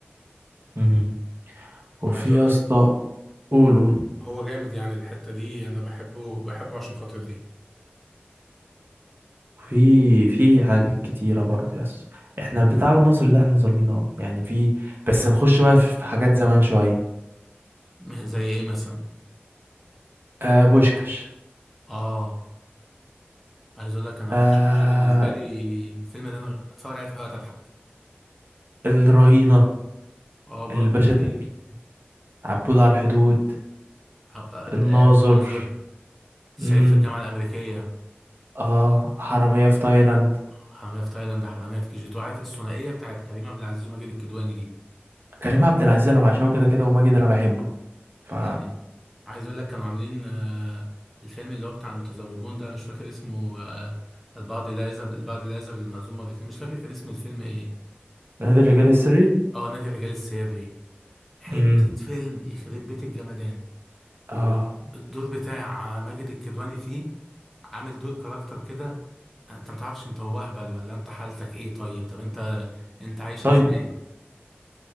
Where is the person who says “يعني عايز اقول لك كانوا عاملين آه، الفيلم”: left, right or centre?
Centre